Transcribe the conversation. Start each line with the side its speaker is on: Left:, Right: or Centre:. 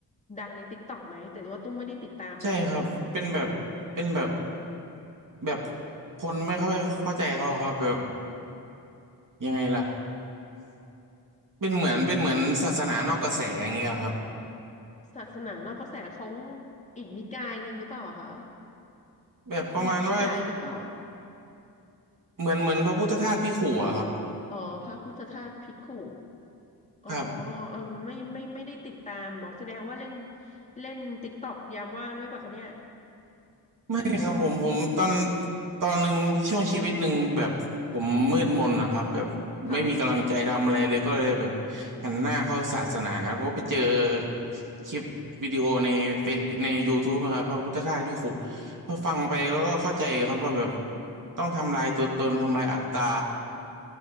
Left: ดังในติ๊กต็อกไหมแต่ว่าตุ้มไม่ได้ติดตามนะ
Right: ใช่ครับเป็นแบบเป็นแบบแบบคนไม่ค่อยเข้าใจเขาครับแบบยังไงล่ะเป็นเหมือนเป็นเหมือนศาสนานอกกระแสอย่างเงี้ยครับ
Left: ศาสนานอกกระแสเขาอีกนิกายหนึ่งหรือเปล่าอะคะ
Right: แบบประมาณว่า
Left: เป็นอีกนิกายหรือเปล่า
Right: เหมือนเหมือนพระพุทธทาสพี่ขู่อะครับ
Left: อ๋อพระพุทธทาสภิกขุอ๋อ
Right: ครับ
Left: อ๋อไม่ไม่ไม่ได้ติดตามบอกแสดงว่าเล่นเล่นติ๊กต็อกยามว่างด้วยป่ะคะเนี่ย
Right: ไม่ครับผมผมตอนตอนหนึ่งช่วงชีวิตหนึ่งแบบผมมืดมนนะครับแบบไม่มีกำลังใจทำอะไรเลยก็เลยแบบ
Left: <laughs> ค่ะ
Right: หันหน้าเข้าศาสนาก็ไปเจอคลิปวิดีโอในเฟซใน YouTube นะครับพระพุทธทาสพี่ขู่พอฟังไปแล้วก็เข้าใจครับว่าแบบต้องทำลายตัวตนทำลายอัตตา